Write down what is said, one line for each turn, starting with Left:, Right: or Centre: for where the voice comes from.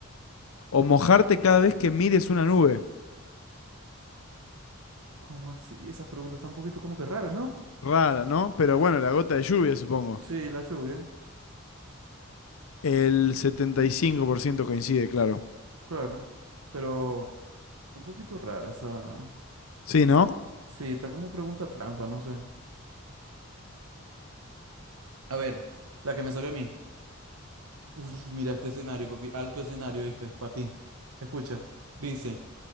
Left: O mojarte cada vez que mires una nube.
Right: ¿Cómo así? Esas preguntas están un poquito como que raras, ¿no?
Left: Rara, ¿no? Pero bueno, la gota de lluvia, supongo.
Right: Sí, la lluvia,
Left: El 75% coincide, claro.
Right: claro. Pero está un poquito rara esa.
Left: Sí, ¿no?
Right: Sí, está como pregunta trampa, no sé. A ver, la que me salió a mí. Uf, mira este escenario, papi. Alto escenario, ¿viste? Para ti. Escucha. Dice,